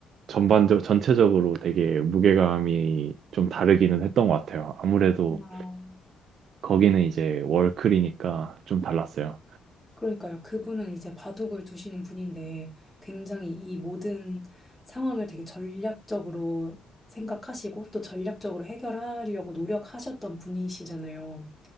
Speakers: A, on the right; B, in the centre.
A: 전반적 전체적으로 되게 무게감이 좀 다르기는 했던 것 같아요. 아무래도
B: 와,
A: 거기는 이제 월클이니까 좀 달랐어요.
B: 그러니까요. 그분은 이제 바둑을 두시는 분인데 굉장히 이 모든 상황을 되게 전략적으로 생각하시고 또 전략적으로 해결하려고 노력하셨던 분이시잖아요.